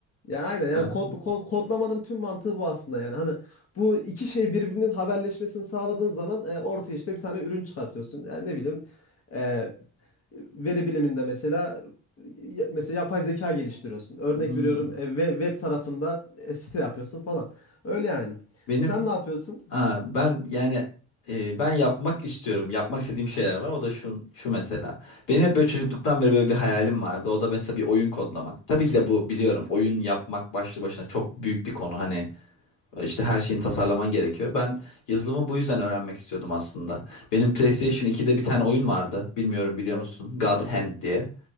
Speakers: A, on the left (about 50°); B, on the left (about 85°).
A: ya aynen yani
B: Ha,
A: kod, kod- kodlamanın tüm mantığı bu aslında yani. Hani bu iki şey birbirinin haberleşmesini sağladığın zaman e, ortaya işte bir tane ürün çıkartıyorsun. Yani ne bileyim e, veri biliminde mesela ya- mesela yapay zeka geliştiriyorsun. Örnek
B: hmm.
A: veriyorum e, ve web tarafında e, site yapıyorsun falan. Öyle yani.
B: Benim
A: Sen ne yapıyorsun?
B: ha, ben yani e, ben yapmak istiyorum. Yapmak istediğim şeyler var. O da şu şu mesela. Benim hep böyle çocukluktan beri böyle bir hayalim vardı. O da mesela bir oyun kodlamak. Tabii ki de bu biliyorum. Oyun yapmak başlı başına çok büyük bir konu. Hani işte her şeyin tasarlaman gerekiyor. Ben yazılımı bu yüzden öğrenmek istiyordum aslında. Benim PlayStation
A: Hı hı.
B: 2'de bir tane oyun vardı. Bilmiyorum biliyor
A: Evet.
B: musun? God Hand diye.